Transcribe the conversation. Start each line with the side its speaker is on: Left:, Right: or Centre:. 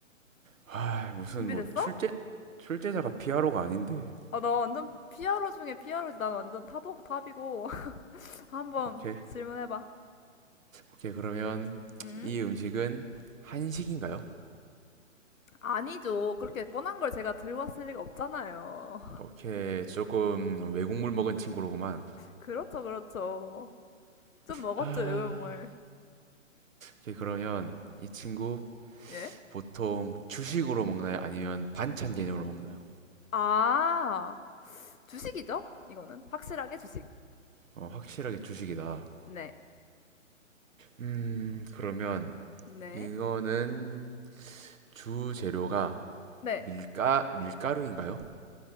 Right: 하... 무슨
Left: 준비됐어?
Right: 뭐 출제 출제자가 피아로가 아닌데.
Left: 아, 나 완전 피아로 중에 피아로지. 난 완전 탑 오브 탑이고. <laughs> 한번
Right: 오케이.
Left: 질문해봐.
Right: 오케이. 그러면
Left: 응?
Right: 이 음식은 한식인가요?
Left: 아니죠. 그렇게 뻔한 걸 제가 들고 왔을 리가 없잖아요.
Right: 오케이. 조금 외국물 먹은 친구로구만.
Left: 그렇죠, 그렇죠. 좀 먹었죠,
Right: 하...
Left: 외국물.
Right: 오케이. 그러면 이 친구
Left: 예?
Right: 보통 주식으로 먹나요? 아니면 반찬 개념으로 먹나요?
Left: 아, 주식이죠? 이거는. 확실하게 주식.
Right: 어, 확실하게 주식이다.
Left: 네.
Right: 음, 그러면
Left: 네.
Right: 이거는 주 재료가
Left: 네.
Right: 밀가 밀가루인가요?